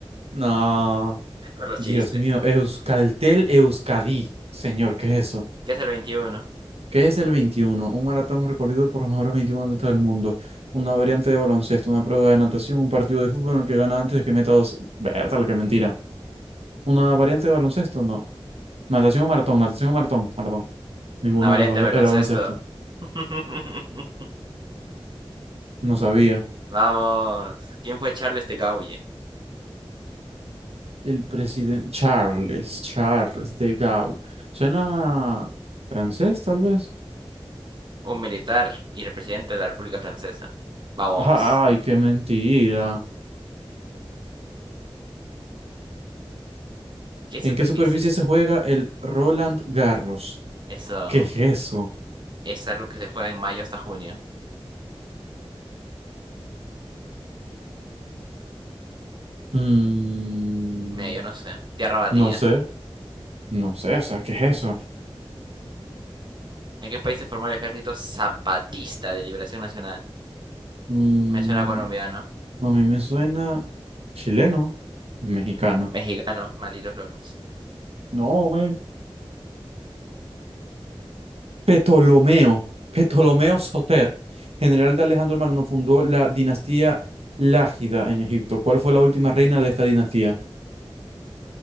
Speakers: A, on the right; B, on the right.
A: No,
B: Por los
A: Dios
B: chistes.
A: mío, Euskaltel Euskadi. Señor, ¿qué es eso?
B: ¿Qué es el 21?
A: ¿Qué es el 21? Un maratón recorrido por los mejores 21 atletas del mundo. Una variante de baloncesto, una prueba de natación, un partido de fútbol en el que gana antes de que meta dos. Bertal, qué mentira. ¿Una variante de baloncesto? No. Natación o maratón, natación o maratón, maratón. Ninguno
B: Una variante
A: de los dos
B: de baloncesto.
A: e-, era baloncesto.
B: <laughs>
A: No sabía.
B: Vamos. ¿Quién fue Charles de Gaulle?
A: El presidente Charles, Charles de Gaulle. Suena francés, tal vez.
B: Un militar y el presidente de la República Francesa. Vamos.
A: Ajá, Ay, qué mentira.
B: ¿Qué superficie?
A: ¿En qué superficie se juega el Roland Garros?
B: Eso.
A: ¿Qué es eso?
B: Es algo que se juega en mayo hasta junio.
A: Mm,
B: Mira, yo no sé. Tierra batida.
A: no sé, no sé, o sea, ¿qué es eso?
B: ¿En qué país se formó el Ejército Zapatista de Liberación Nacional?
A: Mm,
B: Me suena colombiano,
A: a mí me suena chileno, mexicano.
B: mexicano, malditos locos.
A: No, men. Ptolomeo, Ptolomeo Soter, general de Alejandro el Magno, fundó la dinastía Lágida en Egipto. ¿Cuál fue la última reina de esta dinastía?